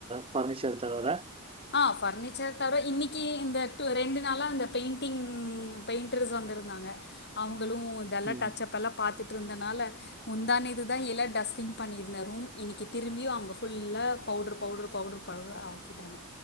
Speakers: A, on the right (about 25°); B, on the left (about 50°).
A: ஃபர்னிச்சர் தவிர
B: ஆ ஃபர்னிச்சர் தவிர இன்னைக்கு இந்த எடத்தல ரெண்டு நாளா இந்த பெயிண்டிங் ம் பெயிண்டர்ஸ் வந்திருந்தாங்க அவங்களு இதெல்லா
A: ம்.
B: டச் அப் எல்லா பாத்துட்டு இருந்தனால முந்தா நேத்துதா எல்லா டஸ்டிங் பண்ணிருந்தே ரூம் இன்னைக்கி திரும்பி அவங்க ஃபுல்லா பவுடர் பவுடர் பவுட்ரு பவு ஆக்கிட்டாங்க